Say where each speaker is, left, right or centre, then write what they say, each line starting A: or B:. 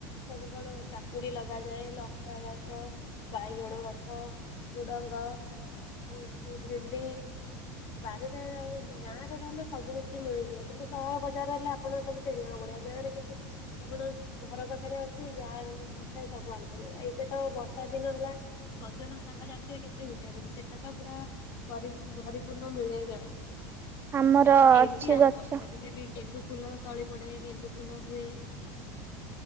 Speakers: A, on the left (about 50°); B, on the right (about 25°).
A: ସବୁ କଣ କାକୁଡି ଲଗାଯାଏ ଲଙ୍କା ଗଛ ବାଇଗଣ ଗଛ ଗଛ ଝୁଡ଼ଙ୍ଗ <inaudible> ଭେଣ୍ଡି। ବାରିରେ ର ଗାଁରେ ରହିଲେ ସବୁ କିଛି ମିଳିଯିବ କିନ୍ତୁ ସହର ବଜାର ରହିଲେ ଆପ୍ ଆପଣ ସବୁ କିଣିବାକୁ ପଡିବ ଗାଁ ରେ କିନ୍ତୁ ଆପଣ ଘର ପାଖରେ ଅଛି ଯାହା ଇଛା ସବୁ ଆଣିପାରିବେ ଏବେ ତ ବର୍ଷା ଦିନ ହେଲା। ସଜନା ଶାଗ ଜଣିଥିବେ କେତେ ଭିଟାମିନି ସେଇଟା ତ ପୁରା। ପରି ପୂ ଭରି ପୂର୍ଣ୍ଣ ମିଳେ ଏ ଗାଁ ରେ।
B: ଆମର
A: ଏମତି
B: ଅଛି
A: ଆଉ
B: ଗଛ
A: ବର୍ଷା ଦିନେ ବି ଗେଣ୍ଡୁ ଫୁଲ। ତଳି ପଡେ ଗେଣ୍ଡୁ ଫୁଲ ହୁଏ ଆ